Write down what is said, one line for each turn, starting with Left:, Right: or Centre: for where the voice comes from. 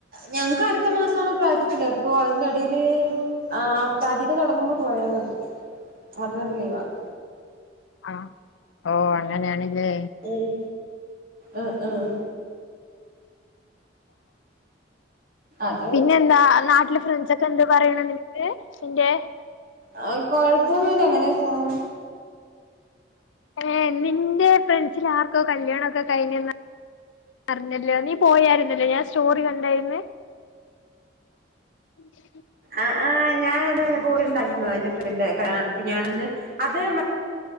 Right: ഞങ്ങക്ക് അടുത്ത മാസാണ് പ്രാക്റ്റിക്കല് ഇപ്പൊ അതിന്റെടയില് ആഹ് പ്രാക്റ്റിക്കൽ തുടങ്ങുമ്പോ പോയ മതി അതുവരെ ലീവാണ്.
Left: ആഹ് ഓഹ് അങ്ങനെയാണ്ല്ലേ
Right: ഉം അ ആഹ് അത്
Left: പിന്നെന്താ നാട്ടിലെ ഫ്രണ്ട്സ്‌ ഒക്കെ എന്ത് പറയ്ണ് നിനക്ക് നിന്റെ
Right: ആഹ് കൊഴപ്പൊന്നുല്ല അങ്ങനേ പോണ്
Left: ഏഹ് നിന്റെ ഫ്രണ്ട്സ്‌ല് ആർക്കോ കല്യാണൊക്കെ കഴിഞ്ഞ്ന്ന് അറിഞ്ഞില്ലേ നീ പോയായിരുന്നല്ലോ ഞാൻ സ്റ്റോറി കണ്ടായിരുന്ന് <unintelligible>
Right: ആഹ് ആഹ് ഞാനത് പോയിണ്ടായിരുന്നു എന്റെ ഫ്രണ്ട് ഇപ്പ ഞാൻ ഇന്ന് അത്‌